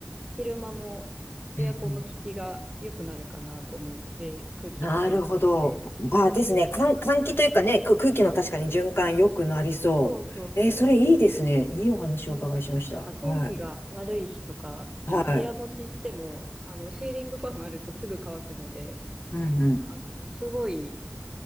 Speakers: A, on the right (about 20°); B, on the left (about 70°).
A: 昼間もエアコンの効きが良くなるかなと思うので、
B: うん
A: 空気が循環して。
B: なるほど。あ、
A: うん。
B: ですね。換換気というかね、く空気の確かに循環良くなりそう。
A: そうそうそう。
B: えーそれいいですね。
A: で、
B: いいお話をお伺いしました。
A: うん。なんか天気が悪い日とかでも部屋干ししても、
B: はい。はい。
A: あの、シーリングファンあるとすぐ乾くので、
B: うんうん。
A: あの、すごい、